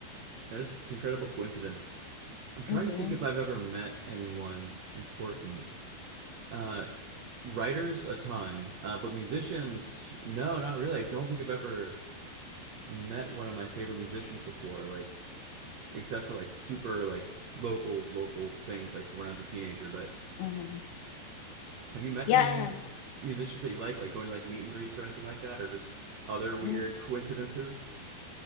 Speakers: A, on the right (about 80°); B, on the left (about 75°).
A: that is this incredible coincidence. I'm trying
B: mm-hmm,
A: to think if I've ever met anyone important. Uh, writers, a ton, uh, but musicians, no, not really. I don't think I've ever met one of my favorite musicians before, like except for like super like local local things like from when I was a teenager. But
B: mm-hmm.
A: Have you met
B: yeah.
A: many musicians that you like, like going to like meet and greets or anything like that, or just other
B: Mm.
A: weird coincidences?